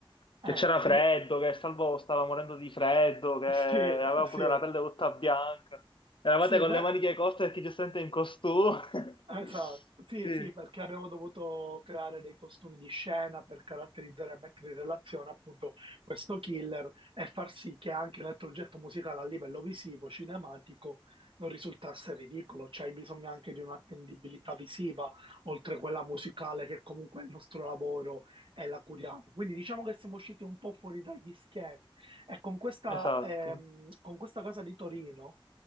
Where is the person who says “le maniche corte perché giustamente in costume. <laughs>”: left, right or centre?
Left